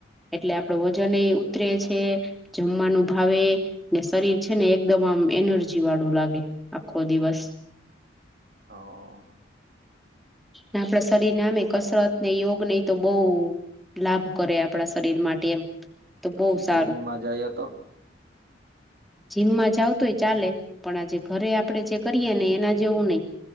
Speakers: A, in the centre; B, on the right (about 55°).
A: એટલે આપડો વજન એ ઉતરે છે જમવાનું ભાવે. ને શરીર છે ને એકદમ આમ એનજી વાળું લાગે આખો દિવસ.
B: હા
A: આપણા શરીરને આમે કસરત ને યોગ નહી તો બહુ લાભ કરે આપણા શરીર માટે એમ તો
B: પછી
A: બહુ સારું.
B: જીમમાં જઈએ <inaudible>
A: જીમમાં જાવ તોય ચાલે પણ આજે ઘરે આપડે જે કરીએે ને એના જેવું નહી.